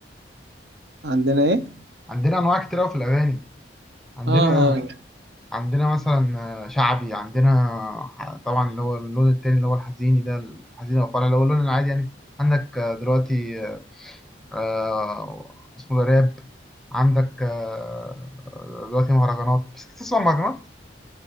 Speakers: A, on the right; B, in the centre.
A: عندنا ايه
B: عندنا أنواع كتير أوي في الأغاني عندنا
A: اه اه
B: عندنا مثلا شعبي عندنا طبعا اللي هو اللون التاني اللي هو الحزيني ده الحزين او الفرح اللي هو اللون العادي يعني عندك دلوقتي آه، اسمه ده راب عندك آه، دلوقتي مهرجانات بس تسمع مهرجانات؟